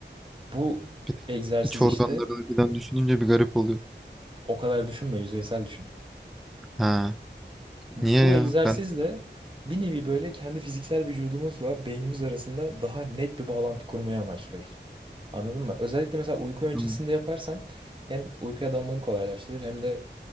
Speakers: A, on the right (about 25°); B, in the centre.
A: Bu
B: Bir de
A: egzersiz
B: iç organlarını
A: işte
B: birden düşününce bir garip oluyor.
A: o kadar düşünme, yüzeysel düşün.
B: Ha.
A: Bu
B: Niye
A: egzersizle
B: ya? Ben
A: bir nevi böyle kendi fiziksel vücudumuzla beynimiz arasında daha net bir bağlantı kurmayı amaçlıyoruz. Anladın mı? Özellikle mesela uyku öncesinde
B: tamam.
A: yaparsan hem uykuya dalmanı kolaylaştırır hem de